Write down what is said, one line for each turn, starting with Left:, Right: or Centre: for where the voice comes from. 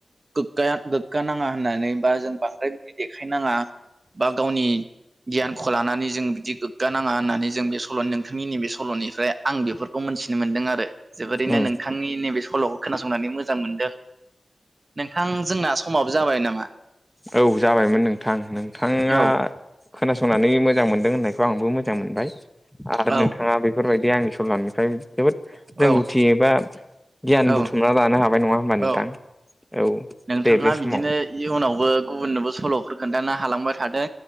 Right: गोग्गाया गोग्गा नाङा होननानै बा जों बांद्राय बिदि देखायनाङा
Centre: <inaudible>
Right: बा गावनि गियानखौ लानानै जों बिदि गोग्गा नाङा होननानै जों बे सल' नोंथांनि नैबे सल'निफ्राय आं बेफोरखौ मोनथिनो मोनदों आरो जोबोरैनो
Centre: उम
Right: नोंथां नोंथांनि नैबे सल'खौ खोनासंनानै मोजां मोनदों नोंथां जोंना समाबो जाबाय नामा?
Centre: औ जाबायमोन नोंथां नोंथाङा
Right: औ
Centre: खोनासंनानै मोजां मोनदों होननायखौ आंबो मो जां मोनबाय आरो
Right: औ
Centre: नोंथाङा बेफोरबायदि आंनि सल'निफ्राय जोबोद
Right: औ
Centre: रोंगौथि एबा गियान
Right: औ
Centre: बुथुमना लानो हाबाय नङा होमबा नोंथां
Right: औ
Centre: औ।
Right: नोंथाङा
Centre: दे बे समाव
Right: बिदिनो इयुनावबो गुबुननोबो सल'फोर खोन्थानो हालांबाय थाथों